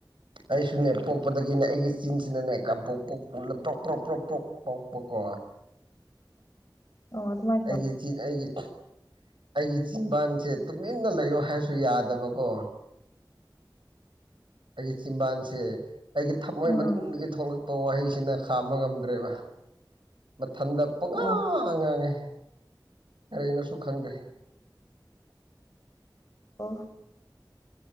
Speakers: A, on the right; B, on the left.
A: ꯑꯩꯁꯨꯅꯦ ꯄꯣꯛꯄꯗꯒꯤꯅꯦ ꯑꯩꯒꯤ ꯆꯤꯟꯁꯤꯅꯅꯦ ꯀꯕ‌ꯣꯛ ꯄꯣꯛꯒꯨꯝꯅ ꯄ꯭ꯔꯣꯛ ꯄ꯭ꯔꯣꯛ ꯄ꯭ꯔꯣꯛ ꯄ꯭ꯔꯣꯛ ꯄꯣꯛꯄꯀꯣ꯫
B: ꯑꯣ ꯑꯗꯨꯃꯥꯏ
A: ꯑꯩꯒꯤ ꯆꯤꯟ ꯑꯩꯒꯤ ꯑꯩꯒꯤ ꯆꯤꯟꯕꯥꯟꯁꯦ ꯇꯨꯃꯤꯟꯅ ꯂꯩꯌꯨ ꯍꯥꯏꯔꯁꯨ ꯌꯥꯗꯕꯀꯣ꯫ ꯑꯩꯒꯤ ꯆꯤꯝꯕꯥꯟꯁꯦ ꯑꯩꯒꯤ ꯊꯃꯣꯏ
B: ꯎꯝ
A: ꯃꯅꯨꯡꯗꯒꯤ ꯊꯣꯛꯂꯛꯄ ꯋꯥꯍꯩꯁꯤꯅ꯫ ꯈꯥꯝꯕ ꯉꯝꯗ꯭ꯔꯦꯕ ꯃꯊꯟꯗ ꯄꯉꯥꯡ
B: ꯑꯣ
A: ꯉꯥꯡꯉꯦ ꯀꯔꯤꯅꯣꯁꯨ ꯈꯪꯗꯦ
B: ꯑꯣ